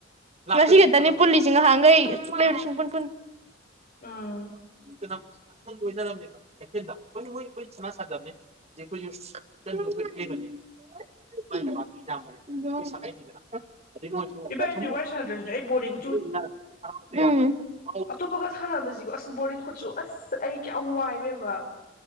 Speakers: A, on the right (about 35°); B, on the left (about 45°).
A: ꯉꯁꯤ ꯈꯛꯇꯅꯤ ꯄꯨꯜꯂꯤꯁꯦ ꯉꯍꯥꯈꯩ ꯁꯂꯕ ꯁꯟꯟ
B: ꯎꯝ
A: <unintelligible> ꯀꯩꯊꯦꯟꯗ <unintelligible> ꯁꯅꯥ ꯁꯥꯖꯕꯅꯦ <unintelligible> <unintelligible> <unintelligible>
B: ꯏꯕꯥꯅꯤꯁꯦ ꯋꯥꯔꯤ ꯁꯥꯟꯅꯗ꯭ꯔꯁꯨꯅꯦ ꯑꯩ ꯕꯣꯔꯗꯤꯡ
A: ꯎꯝ
B: ꯑꯇꯣꯞꯄ ꯈ ꯁꯥꯟꯅꯕꯁꯤꯒꯣ ꯑꯁ ꯕꯣꯔꯤꯡ ꯈꯨꯠꯆꯨ ꯑꯁ ꯑꯩ ꯀꯌꯥꯝ ꯋꯥꯏ ꯏꯕꯦꯝꯃ